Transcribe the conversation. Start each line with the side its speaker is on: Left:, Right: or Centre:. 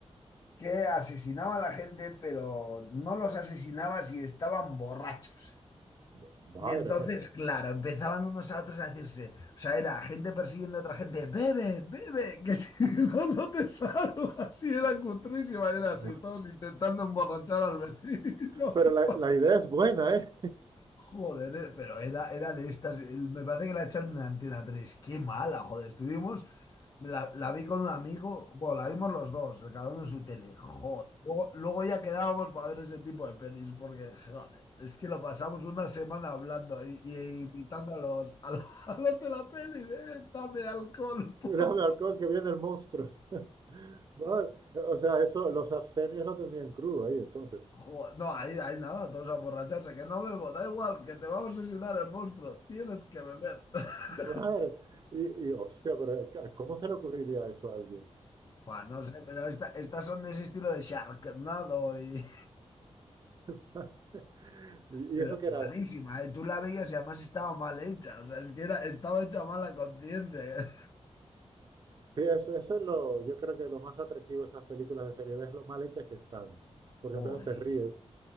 Left: que asesinaba a la gente, pero no los asesinaba si estaban borrachos.
Right: <laughs> madre
Left: Y entonces,
Right: mía.
Left: claro, empezaban unos a otros a decirse, o sea, era gente persiguiendo a otra gente, bebe, bebe, que si <laughs> no, no te salvo. Así era cutrísima, era
Right: <laughs>
Left: así, todos intentando emborrachar al vecino.
Right: Pero la,
Left: <laughs>
Right: la idea es buena, ¿eh?
Left: Joder, eh, pero era, era de estas, eh, me parece que la echaron en Antena tres qué mala, joder, estuvimos la, la vi con un amigo, bueno, la vimos los dos, cada uno en su tele. Joder. Luego, luego ya quedábamos para ver ese tipo de pelis, porque, joder, es que lo pasamos una semana hablando y, y invitando a los, a los, <laughs> a los de la peli, de, "Eh, dame alcohol, <laughs> por favor.
Right: Dame alcohol que viene el monstruo. <laughs> Madre, o sea, eso, los abstemios lo tenían crudo ahí, entonces.
Left: Joder, no, ahí, ahí nada, todos a borracharse, que no bebo, da igual, que te va a asesinar el monstruo, tienes que beber. <laughs>
Right: Madre, y, y, hostia, pero ¿cómo se le ocurriría eso a alguien?
Left: Buah, no sé, pero esta- estas son de ese estilo de Sharknado y,
Right: <laughs> ¿Y
Left: Pero
Right: eso que era?
Left: malísima, ¿eh? Tú la veías y además estaba mal hecha. O sea, es que era, estaba hecha mal la conciencia.
Right: Sí, eso, eso es lo, yo creo que lo más atractivo de esas películas de serie B es lo mal hechas que están,
Left: <laughs>
Right: porque
Left: Joder.
Right: entonces te ríes.